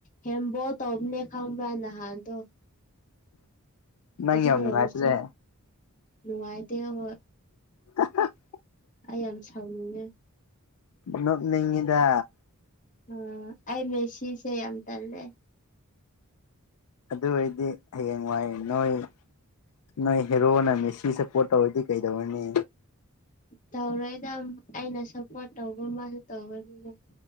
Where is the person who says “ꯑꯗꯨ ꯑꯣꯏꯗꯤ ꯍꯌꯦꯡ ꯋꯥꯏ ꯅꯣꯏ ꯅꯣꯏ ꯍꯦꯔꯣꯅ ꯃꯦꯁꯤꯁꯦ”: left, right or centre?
Left